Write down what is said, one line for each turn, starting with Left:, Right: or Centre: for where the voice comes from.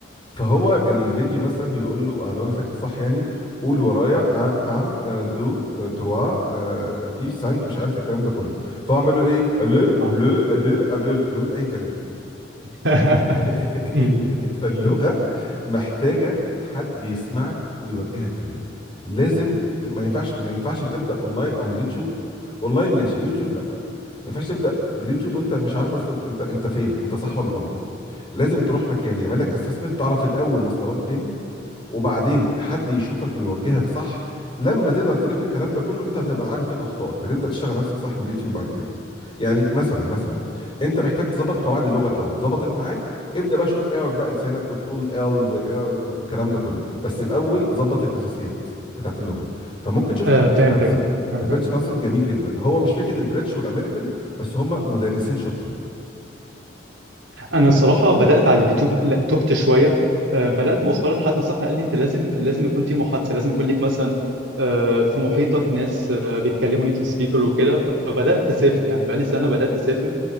Left: فهو الفيديو مثلا بيقول له آه، لو انا فاكر صح يعني قول ورايا ا ا دو آه، تروا في سانك مش عارف الكلام ده كله فهو عمال يقول ايه بلو بلو
Right: اه
Left: ادو بلو بيقول اي كلام
Right: <laughs>
Left: <laughs>
Right: أمم،
Left: ال- فاللغه محتاجه حد يسمعك ويوجهك فيها لازم ت- ما ينفعش ما ينفعش تبدا اونلاين او من اليوتيوب اونلاين ماشي يوتيوب لا ما ينفعش تبدا باليوتيوب وانت مش عارف اصلا انت انت فين انت صح ولا غلط لازم تروح مكان يعمل لك اسسمنت تعرف الاول مستواك فين وبعدين حد يشوفك ويوجهك صح لما تقدر تلم الكلام ده كله انت هتبقى عارف فين اخطائك فتبدا تشتغل نفسك صح من اليوتيوب بعد كده يعني مثلا مثلا انت محتاج تظبط قواعد اللغه الاول ظبطت معاك ابدا بقى شوف اعرج بقى لسانك وتقول ال و آه والكلام ده كله بس الاول ظبط الاساسيات بتاعت اللغه فممكن تشوف
Right: آه،
Left: البريتش
Right: فهمتك
Left: كونسل
Right: فهمتك
Left: البريتش كونسل جميل جدا هو مش فكره البريتش والامريكان بس هم مدرسين شاطرين
Right: انا الصراحه بدات على اليوتيوب لا تهت شويه آه، بدات مؤخرا حد نصحني قال لي انت لازم لازم يكون في محادثه لازم يكون ليك مثلا آه، في محيطك ناس آه، بيتكلموا نيتيف سبيكر وكده فبدات اسافر يعني بقالي سنه بدات اسافر